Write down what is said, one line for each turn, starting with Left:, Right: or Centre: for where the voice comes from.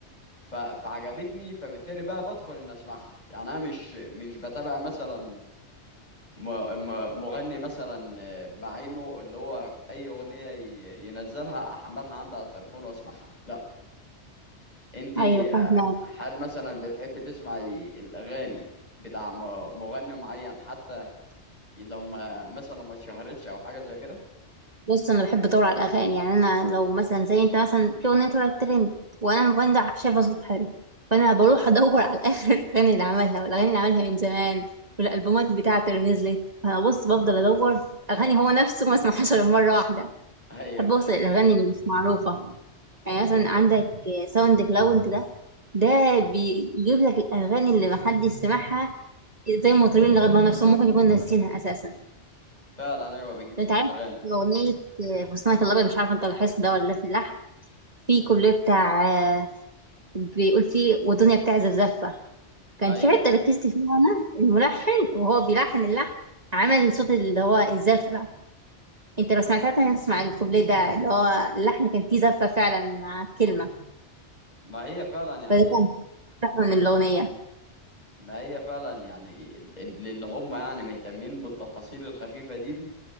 Left: ف... فعجبتني فبالتالي بقى بدخل إن أسمعها يعني أنا مش مش بتابع مثلا م- م- مغني مثلا آه، بعينه اللي هو اي اغنيه ي- ينزلها احملها عندي على التليفون واسمعها لا انت
Right: ايوه فاهمه
Left: هل مثلا بتحب تسمعي الاغاني بتاع م- مغني معين حتى لو ما مثلا ما اتشهرتش او حاجه زي كده
Right: بص انا بحب ادور على الاغاني يعني انا لو مثلا زي انت مثلا في اغنيه طلعت ترند وانا الموبايل ده شايفه صوت حلو فانا بروح ادور على <laughs> اخر الاغاني اللي عملها والاغاني اللي عملها من زمان والالبومات بتاعته اللي نزلت فانا بص بفضل ادور في اغاني هو نفسه ما اسمعهاش غير مره واحده
Left: ايوه
Right: بحب اوصل الاغاني اللي مش معروفه يعني مثلا عندك ساوند كلاود ده ده بيجيب لك الاغاني اللي محدش سمعها زي المطربين اللي غنوا نفسهم ممكن يكون ناسينها اساسا
Left: فعلا ايوه بيجيب كل
Right: انت عارف
Left: الاغاني
Right: اغنيه فستانك الابيض مش عارفه انت لاحظت ده ولا لا في اللحن في كوبليه بتاع آه، بيقول فيه والدنيا بتعزف زفه كان
Left: ايوه
Right: في حته ركزت فيها انا الملحن وهو بيلحن اللحن عمل صوت اللي هو الزفه انت لو سمعتها تاني تسمع الكوبليه ده اللي هو اللحن كان فيه زفه فعلا مع الكلمه
Left: ما هي فعلا يعني
Right: فده كان تحفه من الاغنيه
Left: ما هي فعلا يعني ال- لان هم يعني مهتمين بالتفاصيل الخفيفه دي دي